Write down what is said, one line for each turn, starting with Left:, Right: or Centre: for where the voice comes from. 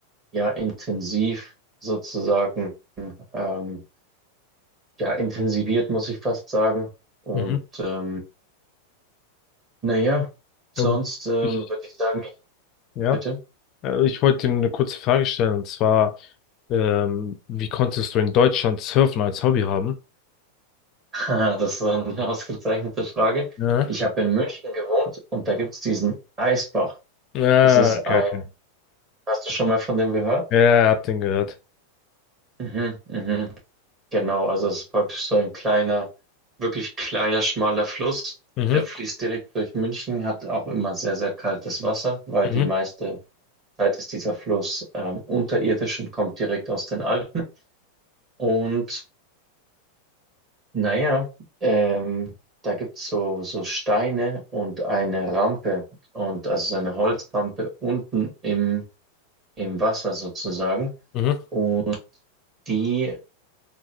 Right: ja, intensiv sozusagen, ähm, ja, intensiviert, muss ich fast sagen. Und
Left: Mhm.
Right: ähm, naja, sonst
Left: Ja,
Right: ähm,
Left: Ich,
Right: würde ich sagen, ich,
Left: ja.
Right: bitte.
Left: Äh, Ich wollte dir eine kurze Frage stellen, und zwar, ähm, wie konntest du in Deutschland Surfen als Hobby haben?
Right: <laughs> Haha, Das ist eine ausgezeichnete Frage.
Left: Ja.
Right: Ich habe in München gewohnt und da gibt es diesen Eisbach.
Left: Ja,
Right: Das ist
Left: okay,
Right: ein,
Left: okay.
Right: hast du schon mal von dem gehört?
Left: Ja, ja, ja, hab den gehört.
Right: Mhm, mhm. Genau, also es ist praktisch so ein kleiner, wirklich kleiner, schmaler Fluss.
Left: Mhm,
Right: Der fließt direkt durch München, hat auch immer sehr, sehr kaltes Wasser, weil
Left: mhm,
Right: die meiste Zeit ist dieser Fluss ähm, unterirdisch und kommt direkt aus den Alpen. Und Naja, ähm, da gibt's so, so Steine und eine Rampe und also so eine Holzrampe unten im, im Wasser sozusagen.
Left: mhm,
Right: Und die